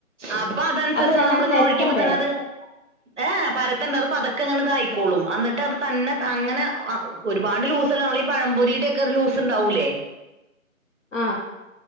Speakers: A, on the right; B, on the left.
A: അപ്പൊ അതന്സരിച്ച്
B: അപ്പൊ നന്നായിട്ട്
A: നമ്മളങ്ങനെ
B: നെരത്തണ്ടേ?
A: ഒഴിക്കമ്പോ തന്നെ അത് ഏഹ് പരത്തണ്ട അത് പതക്ക ഇങ്ങനെ ഇതായിക്കോളും എന്നിട്ട് അത് തന്നെ അങ്ങനെ ഒരുപാട് ലൂസ്സല്ലേ നമ്മള ഈ പഴംപൊരിടെ ഒക്കെ ഒരു ലൂസ് ഉണ്ടാവൂലേ
B: ആഹ